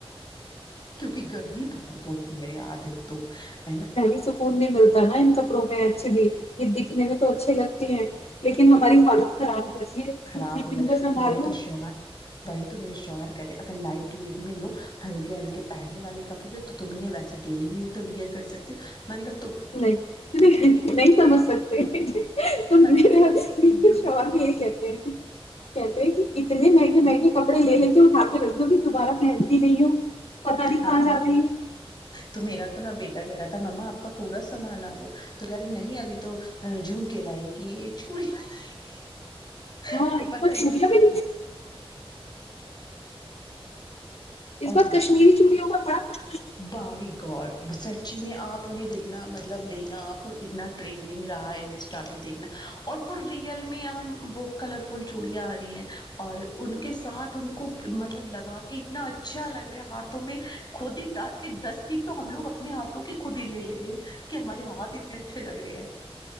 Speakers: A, on the left; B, on the left.
A: کیونکہ گرمی بہت ہوتی ہے یاد تو <inaudible>
B: نہیںی سکون نہیں ملتا نا ان کپڑوں میں اچھھی بھی یہ دکھنے میں تو اچھے لگتے ج <unintelligible> لیکن ہماری حالت خراب ہو جاتی ہے س
A: خراب ہو
B: فن
A: جائے
B: کو سنبھالو
A: میرے تو شوہر وہی میرے شوہر کہتے اگر لائٹ ویٹ میں لو ہلکے ہلکے پہننے والے کپڑے تو تم ویسے ڈیلی میں بھی تو ویئر کر سکتی ہو میں نے کہ
B: نہیں نہیں سمجھ سکتے ت
A: میں
B: میرے
A: نے
B: م
A: کہا
B: شاور بھی یہی کہتے ہیں کہتے کہ اتنے مہنگے مہنگے کپڑے لے کے اٹھا کے رکھتی ہووں کہ تبارہ پہنتی نہیں ہوں پتا نہیں
A: ہاں
B: کھا ستی
A: تو میرا تو نہا بیٹا کہہ رہا تھا ما آپ کا پورا سامان آ گیا تو کہہ رہے نہیں ابھی تو جھمکے لائیں گی یہ چوڑیاں لائیں گی
B: ہاںپ
A: آپ کو پتا
B: چیا
A: ہی ہے
B: بھی اس
A: اور
B: بار
A: ماشاء
B: کشمیری چمی ہو میں بڑا خ
A: بائی گڑ سرچی میں آپ انہیں دیکھنا مطلب لینا آپ اتنا ٹرینڈنگ رہا ہے انسٹا پہ دیکھنا اور وہ ریئل میں یہاں وہ کلر فل چوڑیاں آ رہی ہیں اور ان کے ساتھ ان کو مطلب لگا کے اتنا اچھا لگ رہا ہے ہاتھوں میں خود ہی ڈ کے دس پٹ تو ہم لوگ اپنے ہاتھوں کی خود ہی لے لے رہے ہیں کہ ہمارے ہاتھ اتنے اچھے لگ رہے ہیں